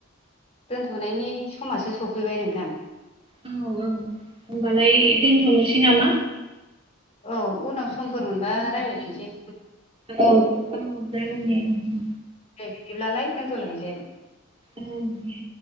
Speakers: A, on the left; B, on the right.
A: दोनथ'नायनि समासो सफैबाय नोंथां।
B: औ औ होमबालाय दोनथ'नोसै नामा?
A: औ उनाव समफोर मोनबा रायज्लायफिननोसै।
B: औ औ जागोन दे नोंथां।
A: दे बिदिब्लालाय दोनथ'लायनोसै ।
B: उम दे।